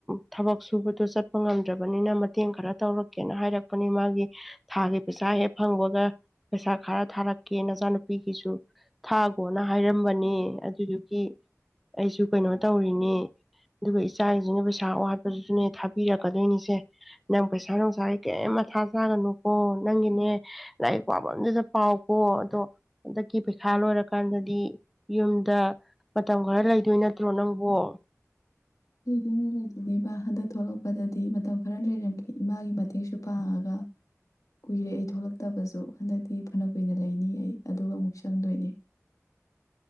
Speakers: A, in the centre; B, on the left (about 85°).
A: ꯊꯕꯛ ꯁꯨꯕꯗꯣ ꯆꯠꯄ ꯉꯝꯗ꯭ꯔꯕꯅꯤꯅ ꯃꯇꯦꯡ ꯈꯔ ꯇꯧꯔꯛꯀꯦꯅ ꯍꯥꯏꯔꯛꯄꯅꯤ ꯃꯥꯒꯤ ꯊꯥꯒꯤ ꯄꯩꯁꯥ ꯍꯦꯛ ꯐꯪꯕꯒ ꯄꯩꯁꯥ ꯈꯔ ꯊꯥꯔꯛꯀꯦ ꯅꯆꯥꯅꯨꯄꯤꯒꯤꯁꯨ ꯊꯥꯈꯣꯅ ꯍꯥꯏꯔꯝꯕꯅꯦ ꯑꯗꯨꯗꯨ <inaudible> ꯑꯩꯁꯨ ꯀꯩꯅꯣ ꯇꯧꯔꯤꯅꯦ ꯑꯗꯨꯒ ꯏꯆꯥꯁꯤꯅ ꯄꯩꯁꯥ ꯋꯥ <unintelligible> ꯊꯥ ꯄꯤꯔꯛꯀꯗꯣꯏꯅꯤꯁꯦ ꯅꯪ ꯄꯩꯁꯥ ꯅꯨꯡꯁꯥꯒꯤ ꯀꯔꯤꯝ ꯃꯊꯥ ꯆꯥꯒꯅꯨꯀꯣ ꯅꯪꯒꯤꯅꯦ ꯂꯥꯏꯔꯤꯛ ꯄꯥꯕꯝꯗꯨꯗ ꯄꯥꯎꯀꯣ ꯑꯗꯣ ꯍꯟꯗꯛꯀꯤ ꯄꯩꯈꯥ ꯂꯣꯏꯔꯀꯥꯟꯗꯗꯤ ꯌꯨꯝꯗ ꯃꯇꯝ ꯈꯔ ꯂꯩꯗꯣꯏ ꯅꯠꯇ꯭ꯔꯣ ꯅꯪꯕꯣ?
B: ꯂꯩꯗꯣꯏꯅꯦ - ꯂꯩꯗꯣꯏꯅꯦꯕ ꯍꯟꯗꯛ ꯊꯣꯛꯂꯛꯄꯗꯗꯤ ꯃꯇꯝ ꯈꯔ ꯂꯩꯔꯝꯒꯦ ꯏꯃꯥꯒꯤ ꯃꯇꯦꯡꯁꯨ ꯄꯥꯡꯉꯒ ꯀꯨꯏꯔꯦ ꯑꯩ ꯊꯣꯛꯂꯛ ꯇꯕꯁꯨ ꯍꯟꯗꯛꯇꯤ ꯐꯅ ꯀꯨꯏꯅ ꯂꯩꯅꯤ ꯑꯩ ꯑꯗꯨꯒ ꯑꯃꯨꯛ ꯆꯪꯗꯣꯏꯅꯦ꯫